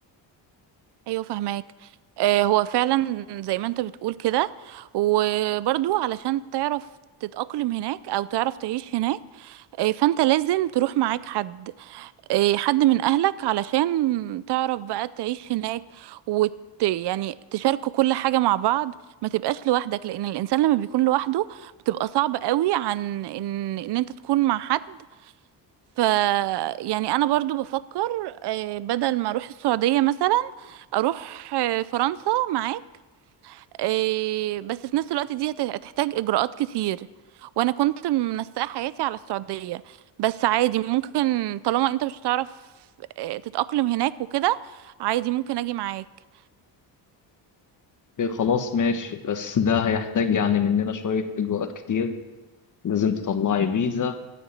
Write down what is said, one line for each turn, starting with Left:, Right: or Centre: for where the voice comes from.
Right: ايوه فهماك آه هو فعلا زي ما انت بتقول كده وبرضو علشان تعرف تتأقلم هناك او تعرف تعيش هناك آه فانت لازم تروح معاك حد آه حد من اهلك علشان تعرف بقى تعيش هناك وت يعني تشاركوا كل حاجة مع بعض ما تبقاش لوحدك لان الانسان لما بيكون لوحده بتبقى صعب قوي عن ان ان انت تكون مع حد ف يعني انا برضو بفكر آه بدل ما اروح السعودية مثلا اروح آه، فرنسا معاك آه، بس في نفس الوقت دي هت- هتحتاج اجراءات كتير وانا كنت منسقه حياتي على السعوديه بس عادي ممكن طالما انت مش هتعرف آه، تتاقلم هناك وكده عادي ممكن اجي معاك
Left: إيه، خلاص ماشي بس ده هيحتاج يعني مننا شوية إجراءات كتير لازم تطلعي فيزا